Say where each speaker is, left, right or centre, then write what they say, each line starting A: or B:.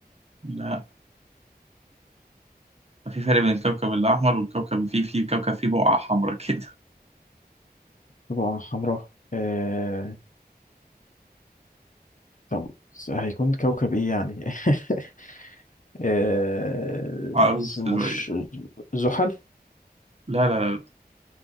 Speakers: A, on the right; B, on the left.
A: لا في فرق بين الكوكب الأحمر والكوكب اللي فيه فيه كوكب فيه بقعة حمراء كده
B: بقعة حمراء آه، طب هيكون كوكب ايه يعني <laughs> آه،
A: <laughs> معروف
B: مش
A: شوية
B: زحل
A: لا لا لا